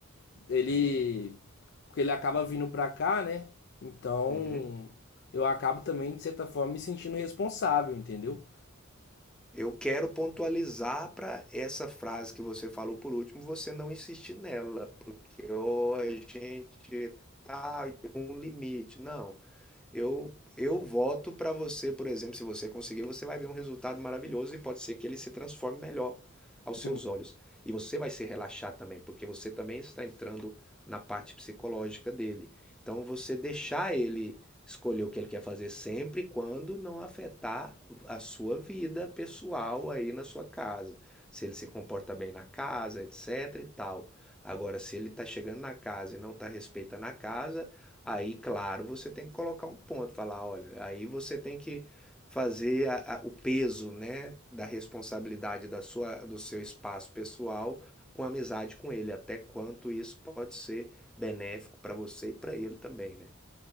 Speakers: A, on the left (about 55°); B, in the centre.
A: ele. Porque ele acaba vindo pra cá, né? Então,
B: Uhum.
A: eu acabo também, de certa forma, me sentindo responsável, entendeu?
B: Eu quero pontualizar para essa frase que você falou por último, você não insistir nela, porque ou a gente tá tem um limite. Não. Eu, eu voto para você, por exemplo, se você conseguir, você vai ver um resultado maravilhoso e pode ser que ele se transforme melhor aos seus
A: Hum.
B: olhos. E você vai se relaxar também, porque você também está entrando na parte psicológica dele. Então você deixar ele escolher o que ele quer fazer sempre quando não afetar a sua vida pessoal aí na sua casa. Se ele se comporta bem na casa, etc e tal. Agora, se ele está chegando na casa e não está respeitando a casa, Aí, claro, você tem que colocar um ponto, falar, olha, aí você tem que fazer a- a- o peso, né, da responsabilidade da sua, do seu espaço pessoal com a amizade com ele, até quanto isso pode ser benéfico para você e para ele também, né?